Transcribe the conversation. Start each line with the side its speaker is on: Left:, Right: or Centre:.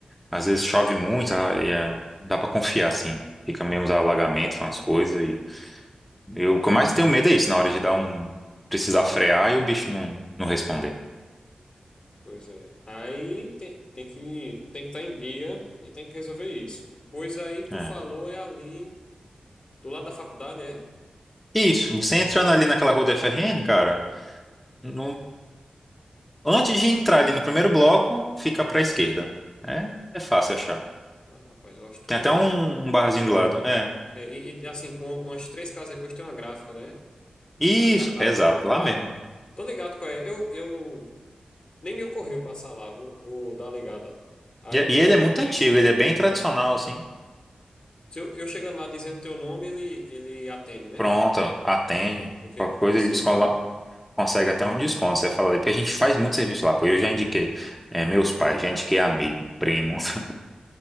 Centre: às vezes chove muito, ah, e é, dá pra confiar, assim. Fica meio uns alagamentos, umas coisas. E eu, o que eu mais tenho medo é isso, na hora de dar um. Precisar frear e o bicho não, não responder.
Left: pois é. Aí tem, tem que tem que estar em dia e tem que resolver isso. Pois aí tu
Centre: É.
Left: falou é ali do lado da faculdade, é?
Centre: Isso, você entrando ali naquela rua da FRN, cara, no- antes de entrar ali no primeiro bloco, fica pra esquerda. É, é fácil achar.
Left: Ah, rapaz, eu acho que tô
Centre: Tem
Left: ligado.
Centre: até um, um barzinho do lado. É.
Left: É, e, e, assim, com umas três casas depois tem uma gráfica, né?
Centre: Isso,
Left: Ah, ah,
Centre: exato, lá
Left: ah,
Centre: mesmo.
Left: ah, tô ligado qual é. Eu, eu Nem me ocorreu passar lá, vou, vou dar uma ligada. Aí
Centre: E,
Left: eu,
Centre: e ele
Left: eu,
Centre: é muito antigo, ele é bem tradicional, assim.
Left: se eu, eu chegando lá dizendo teu nome, ele, ele atende, né?
Centre: Pronto, ó, atende.
Left: Porque
Centre: Qualquer
Left: é conhecido
Centre: coisa ele descola-
Left: já.
Centre: consegue até um desconto. Você fala ali, porque a gente faz muito serviço lá, pô. Eu já indiquei é, meus pais, já indiquei amigo, primo. <laughs>